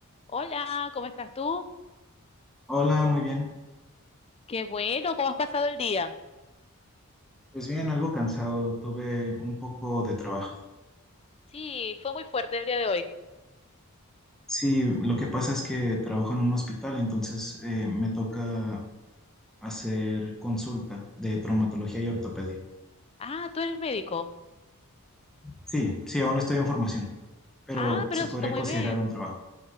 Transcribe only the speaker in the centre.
Hola, muy bien.
Pues bien, algo cansado, tuve un poco de trabajo.
Sí, lo que pasa es que trabajo en un hospital, entonces eh, me toca hacer consulta de traumatología y ortopedia.
Sí, sí, aún estoy en formación, pero
se
podría
considerar
un trabajo.